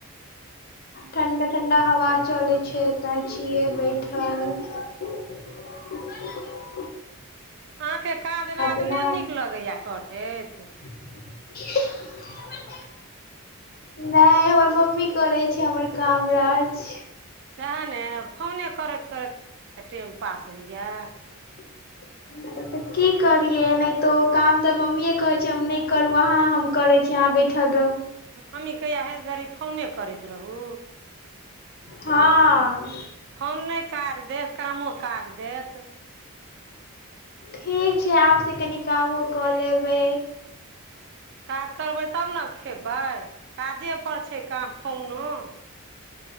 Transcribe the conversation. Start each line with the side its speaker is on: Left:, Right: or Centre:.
Left: ठंडा-ठंडा हवा चलै छै तें छियै बैठल। बल्ला द दे।
Right: अहाँके काज राज
Left: पीना
Right: नहि नीक लगैया करैत।
Left: <inaudible> नै हमर मम्मी करै छै हमर काम राज।
Right: सैहा ने फोने करैत करैत टेम पास होइया।
Left: हिप्पऽऽऽ। त की करिय नहि तऽ ओ काम तऽ मम्मीए कहै छै हम नहि करू अहाँ हम करै छी अहाँ बैठल रहु।
Right: मम्मी कहिया हर घड़ी फोने करैत रहू।
Left: हाँ।
Right: फोन नहि काज देत कामो काज देत।
Left: ठीक छै, आब से कनि कामो कऽ लेबै।
Right: काज करबै तब न खेबै, काजे पर छै काम फोनो।